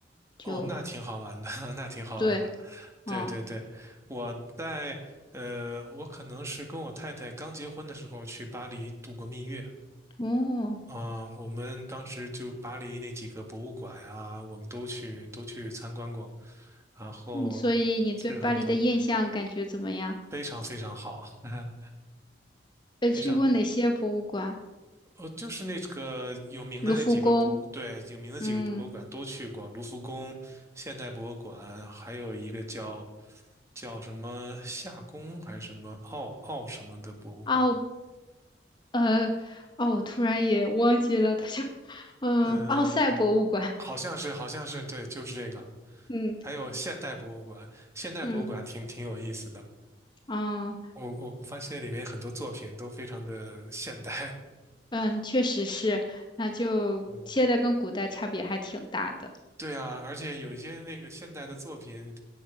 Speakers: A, on the left (about 25°); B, on the right (about 15°).
A: 就
B: 哦，那挺好玩的，<laughs> 那挺好玩的。
A: 对，
B: 对对对，
A: 嗯，
B: 我在呃，我可能是跟我太太刚结婚的时候去巴黎度过蜜月
A: 哦，
B: 啊，我们当时就巴黎那几个博物馆呀，我们都去都去参观过，然后
A: 嗯所以你对巴黎的印象感觉怎么样？
B: 是很多非常非常好，<laughs>
A: 呃，
B: 非常。
A: 去过哪些博物馆？
B: 哦，就是那个有名的那几个博，
A: 卢浮宫，
B: 对，有名的几个博物馆都去过，
A: 嗯，
B: 卢浮宫、现代博物馆，还有一个叫叫什么夏宫还是什么奥奥什么的博物馆，
A: 啊，呃，哦，我突然也忘记了，它叫，嗯，
B: 嗯、
A: 奥赛博物馆，
B: 好像是好像是对，就是这个，
A: 嗯
B: 还有现代博物馆，现代博物馆挺挺有意思的，
A: 嗯嗯
B: 我我我发现里面很多作品都非常的现代，
A: 嗯，确实是，那就现在跟古代差别还挺大的。
B: <laughs> 嗯，对啊，而且有一些那个现代的作品。